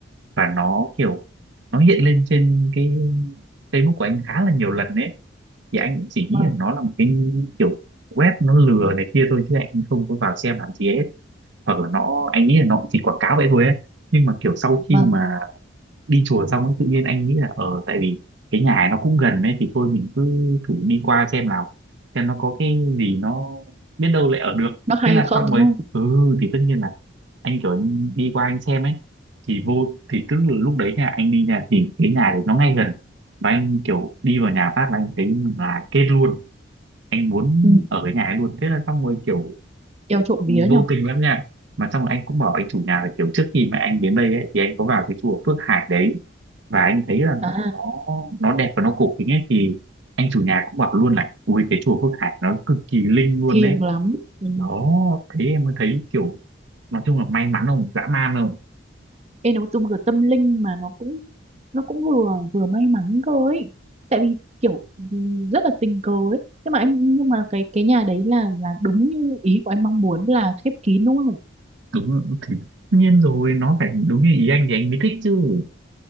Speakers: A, on the right; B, on the right.
A: và nó kiểu nó hiện lên trên cái Facebook của anh khá là nhiều lần đấy thì anh cũng chỉ
B: vâng
A: nghĩ là nó là một cái kiểu web nó lừa này kia thôi chứ anh không có vào xem làm gì hết hoặc là nó anh nghĩ là nó cũng chỉ quảng cáo vậy thôi ấy. nhưng mà kiểu sau
B: vâng
A: khi mà đi chùa xong ấy, tự nhiên anh nghĩ là ờ tại vì cái nhà này nó cũng gần ấy thì thôi mình cứ thử đi qua xem nào xem nó có cái gì nó biết đâu lại ở được
B: nó hay
A: thế là
B: không
A: xong rồi
B: đúng không
A: ừ thì tất nhiên là anh kiểu anh đi qua anh xem ấy thì vô thì tức là lúc đấy nha anh đi nhà thì cái nhà đấy nó ngay gần và anh kiểu đi vào nhà phát là anh thấy là kết luôn anh muốn
B: ừ.
A: ở cái nhà ấy luôn thế là xong rồi kiểu
B: eo trộm vía
A: vô
B: nhở?
A: tình lắm nha mà xong rồi anh cũng bảo anh chủ nhà là kiểu trước khi mà anh đến đây ấy, thì anh có vào cái chùa Phước Hải đấy và anh thấy là
B: À,
A: nó nó đẹp và nó cổ kính ấy thì anh chủ nhà cũng bảo luôn là ui cái chùa Phước Hải nó cực kỳ linh luôn
B: thiêng
A: đấy
B: lắm. Ừ.
A: đó thế em mới thấy kiểu nói chung là may mắn không dã man không
B: Ê, nó tu vừa tâm linh mà nó cũng nó cũng vừa vừa may mắn cơ ấy. Tại vì kiểu ừ, rất là tình cờ ấy. Nhưng mà anh nhưng mà cái cái nhà đấy là là đúng như ý của anh mong muốn là khép kín đúng không?
A: đúng thì tất nhiên rồi nó phải đúng như ý anh thì anh mới thích chứ